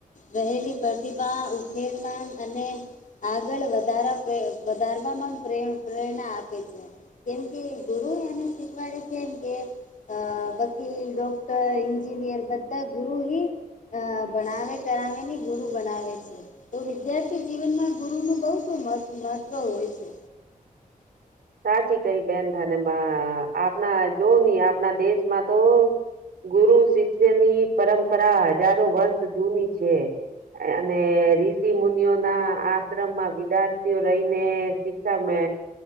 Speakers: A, on the left (about 60°); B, on the right (about 80°).
A: રહેલી પ્રતિભા <unintelligible> અને આગળ વધાર વધારવામાં પ્રેરણા આપે છે. કેમ કે ગુરુ એને શીખવાડે છેમ કે વકીલ, ડોક્ટર એન્જિનિયર બધા ગુરુ હી ભણાવે કરાવીને ગુરુ બનાવે છે. તો વિદ્યાર્થી જીવનમાં ગુરુનું બહું મહત્વ હોય છે.
B: સાચી કઈ બેન થને આપણા જોની આપણા દેશમાં તો ગુરુ શિષ્યની પરંપરા હજારો વર્ષ જુની છે. અને ઋષિ મુનિઓના આશ્રમમાં વિદ્યાર્થીઓ રહીને શિક્સા મે